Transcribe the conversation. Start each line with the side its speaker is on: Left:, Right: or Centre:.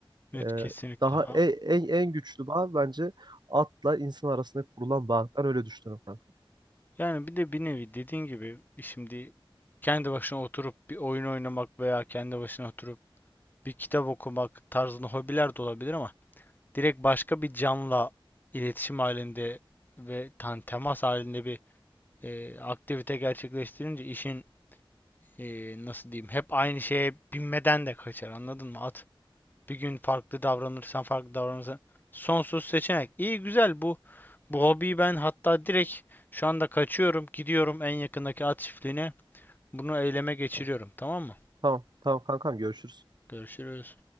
Left: Evet,
Right: E,
Left: kesinlikle.
Right: daha
Left: Aa.
Right: e- en en güçlü bağ bence atla insan arasında kurulan bağ. Ben öyle düşünüyorum kankam.
Left: Yani bir de bir nevi dediğin gibi şimdi kendi başına oturup bir oyun oynamak veya kendi başına oturup bir kitap okumak tarzında hobiler de olabilir ama direkt başka bir canla iletişim halinde ve tan temas halinde bir e, aktivite gerçekleştirince işin e, nasıl diyeyim hep aynı şeye binmeden de kaçar anladın mı? At bir gün farklı davranırsan farklı davranırsan sonsuz seçenek. İyi güzel bu bu hobiyi ben hatta direkt şu anda kaçıyorum gidiyorum en yakındaki at çiftliğine bunu eyleme geçiriyorum
Right: Tamam.
Left: tamam mı?
Right: Tamam tamam kankam görüşürüz.
Left: Görüşürüz.